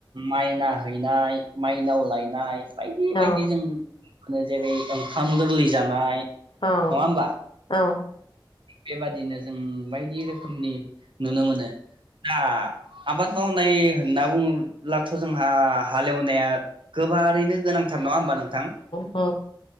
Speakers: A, on the right; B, on the left.
A: माइना हाहैनाय माइनाव लायनाय बायदि
B: औ
A: बायदि जों होनो जेरै- ओंखाम गोरलै जानाय
B: औ
A: नङा होमबा
B: औ
A: बेबादिनो जों बायदि रोखोमनि नुनो मोनो दा आबाद मावनाय होनना बुङोब्लाथ' जोंहा हालेवनाया गोबारैनो गोनांथार नङा होमबा नों नोंथां
B: औ